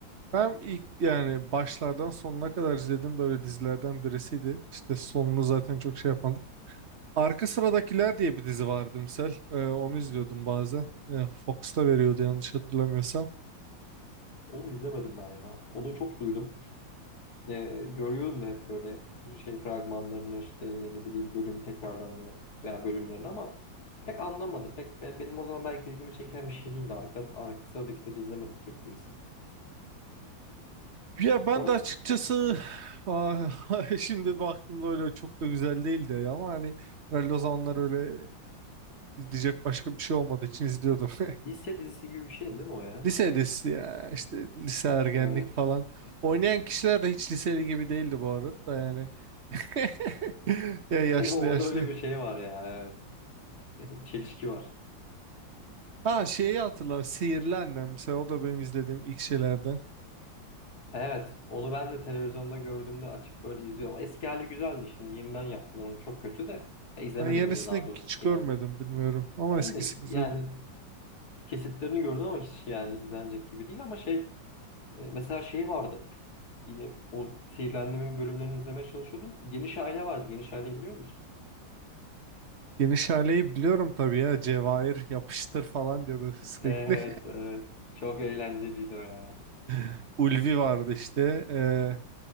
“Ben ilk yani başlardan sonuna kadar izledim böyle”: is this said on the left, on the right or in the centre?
Right